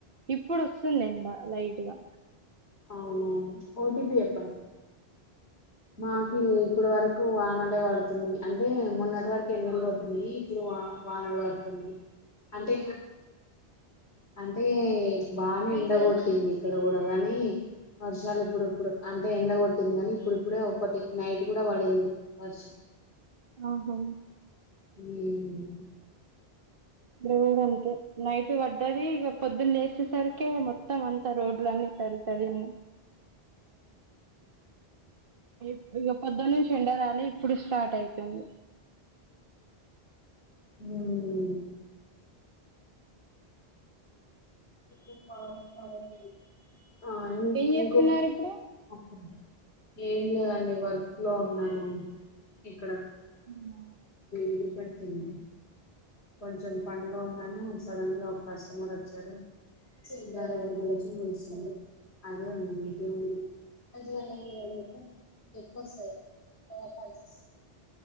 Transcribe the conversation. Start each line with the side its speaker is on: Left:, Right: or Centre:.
Right: ఇప్పుడు వస్తుంది ఎండ లైట్ గా
Left: అవును అవును ఓటిపీ చెప్పండి మాకి ఇప్పుడు వరకు వానలే పడుతుంది అంటే మొన్నటి వరకు ఎండలు కొట్టినయ్ ఇప్పుడు వా వానలు పడుతుంది అంటే అంటే బానే ఎండగొట్టింది ఇక్కడ కూడా కానీ వర్షాలు ఇప్పుడు ఇప్పుడు అంటే ఎండ కొట్టింది కానీ ఇప్పుడు ఇప్పుడే ఒకటి నైట్ కూడా పడింది వర్షం
Right: ఆహా
Left: ఉమ్
Right: ఈడ కూడా అంతే నైట్ పడ్డది ఇక పొద్దున లేచేసరికే మొత్తం అంతా రోడ్లన్నీ తడి తడి అన్నీ అ ఇగో పొద్దొనుంచి ఎండోరాలే ఇప్పుడు స్టార్ట్ అయితుంది.
Left: ఊమ్ <unintelligible> సరి ఆ ఇం
Right: ఏం చేస్తున్నారు
Left: ఇంకో
Right: ఇప్పుడు
Left: ఓకే అండి ఏం లేదండి వర్క్ లో ఉన్నాను ఇక్కడ
Right: అవునా
Left: ఇది పెడుతుంది కొంచెం పన్లో ఉన్నాను సడన్ గా ఒక కస్టమర్ వచ్చాడు చెంగా గల చూస్తున్నాడు అదే ఉన్నా మీకే ఉం అజవాకు <unintelligible> సార్ ఎక్కువస్తాయ్ <unintelligible>